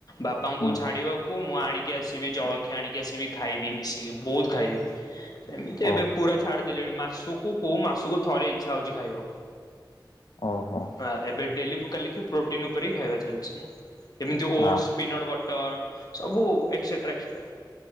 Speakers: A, on the left; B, on the left.
A: ବାପାଙ୍କୁ
B: ହୁଁ
A: ଛାଡିବାକୁ ମୁଁ ଆଣିକି ଆସିବି ଜଳ ଖିଆ ଆଣିକି ଆସିବି ଖାଇବି ମିଶିକି ବୋହୁତ ଖାଇବି। ଏମିତି ଏବେ
B: ଓ
A: ପୁରା ଛାଡିଦେଲେଣି ମାସକୁ କୋଉ ମାସକୁ ଥରେ ଇଚ୍ଛା ହୋଉଚି ଖାଇବାକୁ।
B: ଓହୋ
A: ହାଁ ଏବେ ଡେଲି କୁ କାଲି କି ପ୍ରୋଟିନ ଉପରେ ହିଁ ଖାଇବା ଚାଲ ଏମିତି
B: ହଁ
A: ଓଟସ ପିନଟ୍ ବଟର ସବୁ ଏସେଟ୍ରା ଏସେଟ୍ରା